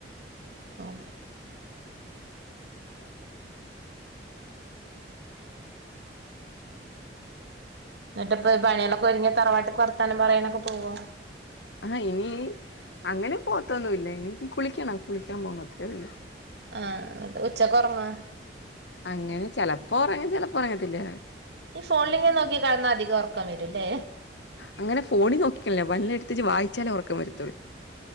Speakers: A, on the right; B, on the left.
A: പ്പോ <inaudible> എന്നിട്ടപ്പൊ പണികളൊക്കെ ഒരുങ്ങിയ തറവാട്ട്ക്ക് വറത്താനും പറയാനൊക്കെ പോവ
B: ആഹ ഇനി അങ്ങനെ പോത്തൊന്നുംല്ല ഇനി കുളിക്കണം കുളിക്കാൻ പോണത്രല്ല
A: ആഹ ഉച്ച കുറങ്ങ
B: അങ്ങനെ ചെിലപ്പോ ഉറങ്ങി ചിലപ്പോ ഉറങ്ങത്തില്ല
A: ഈ ഫോണിലിങ്ങങ് നോക്കി കാണുന്നാ അധികം റക്കം വരൂല്ലേ
B: അങ്ങനെ ഫോണി നോക്കിക്കലേ വല്ല എടുത്തച്ച് വായിച്ചാലല് ഉറക്കം വരുും